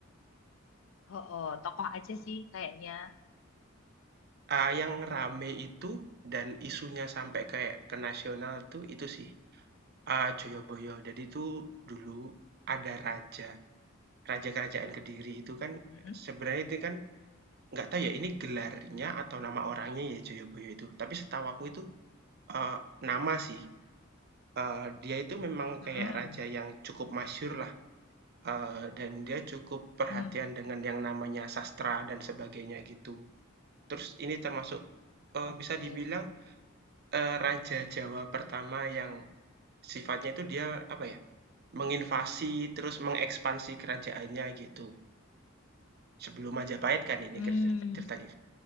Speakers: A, on the left; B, on the right.
A: Oh, oh, tokoh aja sih kayaknya.
B: Ah, yang rame itu dan isunya sampai kayak ke nasional tuh itu sih. Ah, Joyoboyo. Jadi tuh dulu ada raja, raja kerajaan Kediri itu kan
A: Mm-mm.
B: sebenarnya itu kan nggak tahu ya ini gelarnya atau nama orangnya ya Joyoboyo itu. Tapi setahu aku itu eh, nama sih. Eh, dia itu memang
A: Mm-mm,
B: kayak raja yang cukup masyhur lah. Eee, dan dia cukup perhatian
A: mm-mm.
B: dengan yang namanya sastra dan sebagainya gitu. Terus ini termasuk, eee,
A: Oke.
B: bisa dibilang, eee, raja Jawa pertama yang sifatnya itu dia, apa ya, menginvasi terus mengekspansi kerajaannya gitu. Sebelum Majapahit kan ini
A: Hmm.
B: kerita ceritanya.